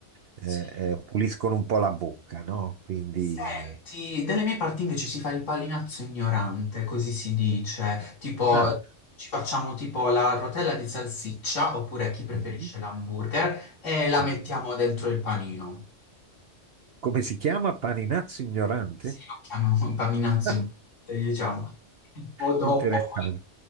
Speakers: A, on the right; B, on the left.
A: eh,
B: sì.
A: eh, puliscono un po' la bocca, no? Quindi...
B: Senti, dalle mie parti invece si fa il palinazzo ignorante, così si dice, tipo
A: Ah.
B: ci facciamo tipo la rotella di salsiccia, oppure chi preferisce
A: Mhm.
B: l'hamburger, e la
A: Mhm.
B: mettiamo dentro il panino.
A: Come si chiama? Paninazzo ignorante?
B: Sì, lo chiamano contaminazzo,
A: <laughs>
B: <laughs> in- diciamo, un po' troppo
A: Interessante.